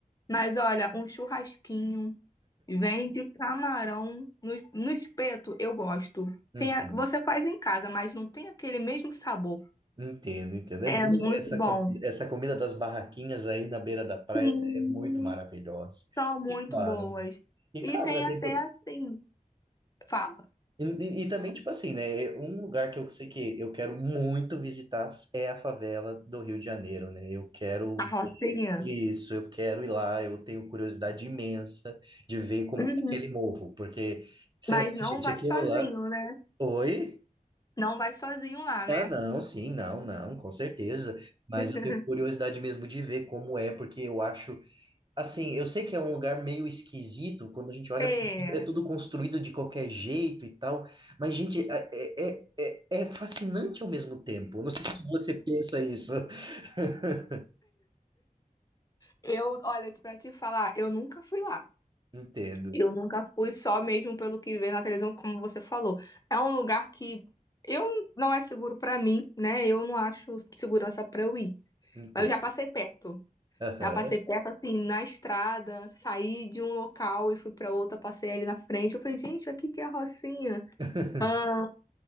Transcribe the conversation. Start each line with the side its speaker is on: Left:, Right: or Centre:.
Left: Mas olha, um churrasquinho, vende camarão no, no espeto, eu gosto.
Right: uhum.
Left: Tem a- você faz em casa, mas não tem aquele mesmo sabor.
Right: Entendo, entendo. É
Left: É
Right: bom
Left: muito
Right: essa,
Left: bom.
Right: co- essa comida das barraquinhas aí na beira da praia
Left: Sim.
Right: é muito maravilhosa.
Left: São muito
Right: E claro,
Left: boas.
Right: né? E
Left: E
Right: claro,
Left: tem
Right: né, tem
Left: até assim, fala,
Right: E, e- e também, tipo assim, né? é, Um lugar que eu sei que eu quero muito visitar é a favela do Rio de Janeiro, né? Eu quero
Left: a Rocinha.
Right: isso, eu quero ir lá, eu tenho curiosidade imensa de ver como
Left: Uhum.
Right: que é aquele morro, porque, sei
Left: Mas
Right: lá,
Left: não
Right: gente,
Left: vai
Right: aquilo
Left: sozinho,
Right: lá.
Left: né?
Right: Oi?
Left: Não vai sozinho lá, né?
Right: Ah, não, sim, não, não, com certeza. Mas
Left: <laughs>
Right: eu tenho curiosidade mesmo de ver como é, porque eu acho Assim, eu sei que é um lugar meio esquisito, quando a gente olha,
Left: É,
Right: é tudo construído de qualquer jeito e tal, mas, gente, é, é, é, é é fascinante ao mesmo tempo. Eu Não sei se você pensa isso. <laughs>
Left: eu, olha, pra te falar, eu nunca fui lá.
Right: Entendo,
Left: Eu nunca fui só mesmo pelo que vê na televisão, como você falou. É um lugar que eu não é seguro pra mim, né? Eu não acho segurança pra eu ir.
Right: entendo.
Left: Mas eu já passei perto.
Right: Aham.
Left: Já passei perto, assim, na estrada, saí de um local e fui para outro, passei ali na frente. Eu falei, gente, aqui que é a Rocinha.
Right: <laughs>
Left: Ah,